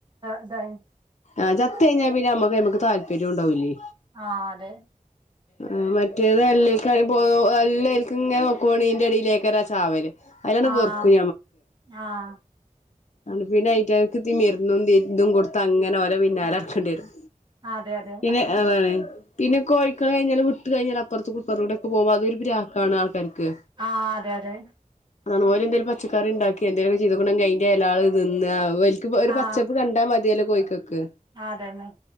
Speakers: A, on the right; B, on the left.
A: ഇതായി
B: ആത്ത കഴഞ്ഞാൽ പിന്നെ നമ്മക്ക് നമക്ക് താല്പര്യം ഉണ്ടാവൂില്ലേ
A: ആഹ അതെ
B: ആ മറ്റേത് എല്ല എല്ലക്കും ഇങ്ങനെ നോക്കുവണ നിന്റെ അടിയിലേക്ക ഒരാ ചാവല് അതിലാണ്
A: ആഹ
B: വെറുക്കും
A: ആഹ
B: അ പിന്നെ അ ഐറ്റ മിരുന്നും തതിന്തും കൊടുത്ത അങ്ങനെ ഓലെ പിന്നാലെ ഇറക്കേണ്ടി വരും
A: അതെ അതെ
B: പിന്നെ ആ വോണ് <unintelligible> പിന്നെ കോഴിക്കള് കഴിഞ്ഞാല് വിട്ട് കഴിഞ്ഞാൽ അപ്പുറത്ത് കുക്കറ കൂടെക്കെ പോക്പോ അതൊരു്രാക്ക ആൾക്കാർക്ക്
A: ആ അതെ അതെ
B: അതുപോലെ എന്തങ്കിലും പച്ചക്കറി ഉണ്ടാക്കി എന്തങ്കിലക്ക ചെയ്തുക്കെങ്ക ആൾ ഇതിന്ന് വലക്ക് ഒരു
A: ആ
B: പച്ചപ്പ് കണ്ടാ മതിയല്ലോ കോഴിക്കൊക്ക്
A: അതന്നെ